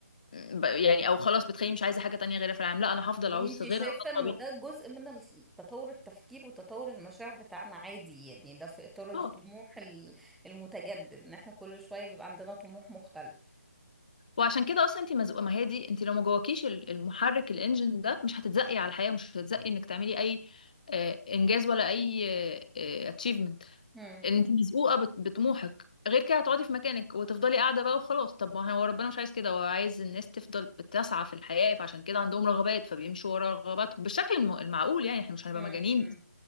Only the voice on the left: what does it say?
ب- يعني او خلاص بتخليني مش عايزه حاجه تانية غيرها في العالم لا انا هفضل
اعوز
غيرها
ده الطبيعي
اه
وعشان كده اصلا انت مزقوقه ما هي دي انت لو ما جواكيش ال- المحرك الانجن ده مش هتتزقي على الحياه مش هتتزقي انك تعملي اي آه، انجاز ولا اي اتشيفمنت
ان انت مزقوقه بط- بطموحك غير كده هتقعدي في مكانك وتفضلي قاعده بقى وخلاص طب ما هو ربنا مش عايز كده هو عايز الناس تفضل بتسعى في الحياه فعشان كده عندهم رغبات فبيمشوا ورا رغباتهم بالشكل الم- المعقول يعني احنا مش هنبقى
مجانين
بس